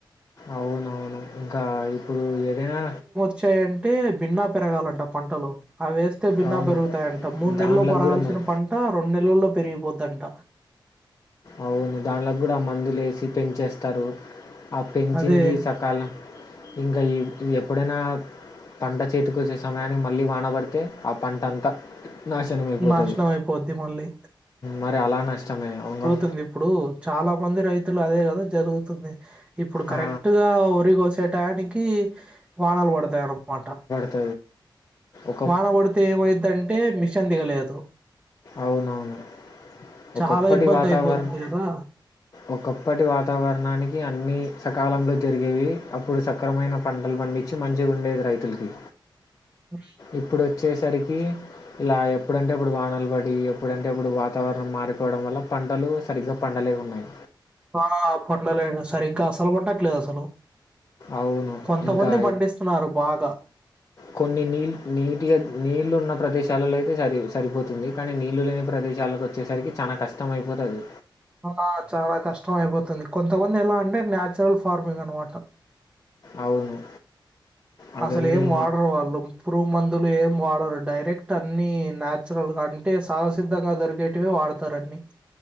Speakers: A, on the left; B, on the right.
A: అవునవును ఇంకా ఇప్పుడు ఏదైనా
B: వచ్చాయంటే భిన్నా పెరగాలంట పంటలు అవిేస్త తే భిన్న
A: అవును
B: పెరుగుతాయంట. మూడు
A: దాంట్లోకి
B: నెలల్లో పేరగాల్సిన
A: కూడా మన్
B: పంట రెండు నెలల్లో పెరిగిపోద్ద్దంట
A: అవును దానిలో కూడా మందులు వేసి పెంచంచేస్తారు. ఆ పెంచింది.
B: అదే
A: సకాలం ఇంకా ఎప్పుడైనా పంట చేతికి వచ్చే సమయానికి మళ్ళీ వానబడితే ఆ పంట అంతా నాశనం అయిపోతుది.
B: నాశనం అయిపోద్ది మళ్ళీ
A: మరి అలా నష్టమే వంగం
B: ంది ఇప్పుడు చాలా మంది రైతులు అదే కదా జరుగుతుంది. ఇప్పుడు కరెక్ట్గా
A: ఆ,
B: వరి కోసేటయన్కి వానలు పడతాయిన్నమాట
A: త్ ఓ
B: వాన కొడితే ఏమైదంటే మిషన్ దిగలేదు
A: అవునవును ఒకప్పటి
B: చాలా ఇబ్బంది
A: వాతావరణం
B: అయిపోతుంది కదా
A: ఒకప్పటి వాతావరణానికి అన్ని సకాలంలో జరిగేవి అప్పుడు సక్రమైన పంటలు పండించి మంచిగుండేది రైతుల్కి
B: ఆ
A: ఇప్పుడు వచ్చేసరికి ఇలా ఎప్పుడంటే ఆప్పుడు వాన్లు పడ్ ఇ ఎప్పుడంటే ఆప్పుడు వాతావరణం మారిపోవడం వల్ల పంటలు సరిగ్గా పండలేకున్నాయి
B: ఆ పట్టలేండి సరే ఇంకా అసలు పడట్లేదు అసలు
A: అవును
B: కొంతమంది
A: ఇంకా
B: పండిస్తున్నారు బాగా
A: కొన్ని నీళ్ళు నీటిగా నీళ్ళు ఉన్న ప్రదేశాలలో అయితే సరి సరిపోతుంది కానీ నీళ్ళు లేని ప్రదేశాలకు వ వచ్చేసర్కి చానా కష్టం అయిపోతది
B: ఆ చాలా కష్టం అయిపోతుంది కొంతమంది ఎలా అంటే నేచ్రల్ ఫార్మింగ్ అనమాట
A: అవును అవన్నీ
B: అస్సలేం వాడరు వాళ్ళు పురువ్ మందులు ఏం వాడరు డైరెక్ట్ అన్నీ నచురల్గా అంటే సహవసిద్ధంగా దొరికేటవి వాడత తరాన్ని